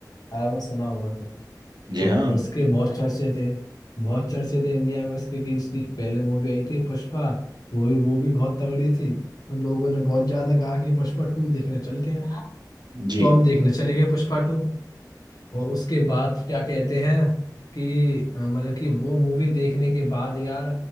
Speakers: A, on the left; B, on the right.
A: यार वो सुना होगा तो
B: जी
A: तो
B: हाँ
A: उसके बहुत चर्चे थे बहुत चर्चे थे इंडिया में उसके कि उसकी पहले मूवी आई थी पुष्पा वो भी वो भी बहुत तगड़ी थी तो लोगों ने बहुत ज्यादा कहा कि पुष्पा टू देखने चलते हैं
B: जी
A: तो हम देखने चले गए पुष्पा टू और उसके बाद क्या कहते हैं कि अ, मतलब कि वो मूवी देखने के बाद यार